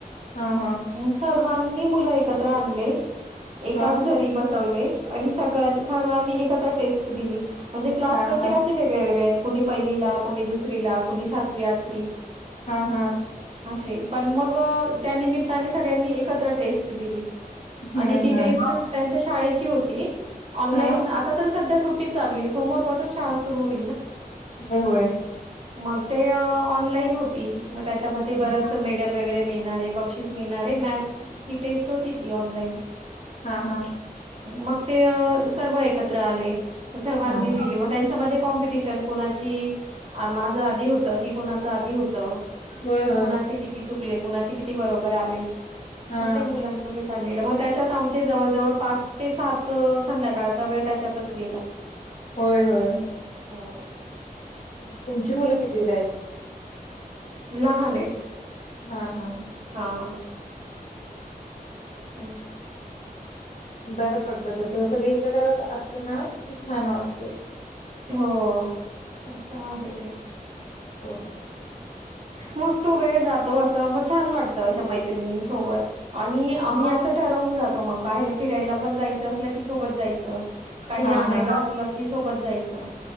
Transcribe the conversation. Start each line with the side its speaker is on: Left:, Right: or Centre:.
Left: हा हा.
Right: मग सर्वांनी मुलं एकत्र आणले एकाच
Left: हा
Right: घरी बसवले आणि सगन सर्वांनी एकत्र टेस्ट दिली म्हणजे क्लास
Left: हा
Right: प्रत्येकाचे
Left: हा
Right: वेगळे-वेग कोणी पहिलीला, कोणी दुसरीला, कोणी सातवी-आठवी
Left: हा हा
Right: अशे पण मग त्या निमित्ताने सगळ्यांनी एकत्र टेस्ट दिली.
Left: हम्म
Right: आणि ती
Left: हम्म
Right: टेस्ट त्यांच्या शाळेची होती ऑनलाईन
Left: हा
Right: आता तर सध्या सु ट्टी चालू आहे सोमवारपासून शाळा सुरू होई
Left: होय-होय.
Right: मग ते आ ऑनलाईन होती मग त्याच्यामध्ये
Left: हम्म.
Right: बरं असं मेडल वगैरे मिळणारे, बक्षीस मिळणारे मॅथ्सची टेस्ट होती ती ऑनलाईन
Left: हा हा
Right: मग ते सर्व एकत्र आले सर्वांनी
Left: हा
Right: दिली
Left: हा
Right: मग त्यांच्यामध्ये कॉम्पिटिशन कुणाची माझं आदी होतं की कुणाचा आदी होतं
Left: होय होय
Right: कुणाचे किती चुकले, कुणाचे किती बरोबर आले.
Left: हा.
Right: मग ते मुलांमध्ये चाललेला मग त्याच्यात आमचे जवळ-जवळ पाच ते सात त संध्याकाळचा वेळ त्याच्यातच गेला.
Left: होय होय.
Right: हो.
Left: तुमची मुलं कितीवीला आहेत?
Right: लहान आहेत.
Left: हा हा.
Right: हा. हा.
Left: बरं पडतं तसं सगळे एकत्र अ असले ना की छान वाटते.
Right: हो असं आहे ते.
Left: होय.
Right: मग तो वेळ जातो, असं मग छान वाटतं अशा मैत्रिणी सोबत आणि आम्ही
Left: मग?
Right: असं ठरवून जातो मग बाहेर फिरायला पण जायचं असलं कि सोबत जायचं, काही
Left: हा
Right: आणायला
Left: हा
Right: असलं कि सोबत जायचं.